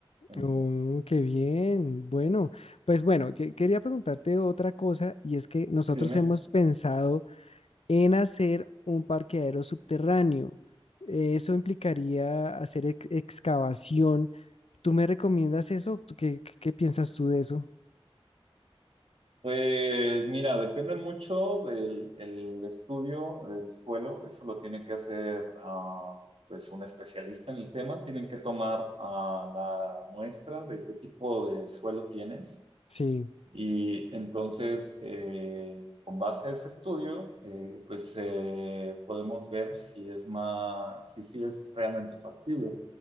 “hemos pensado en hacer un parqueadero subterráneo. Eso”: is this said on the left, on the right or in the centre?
Left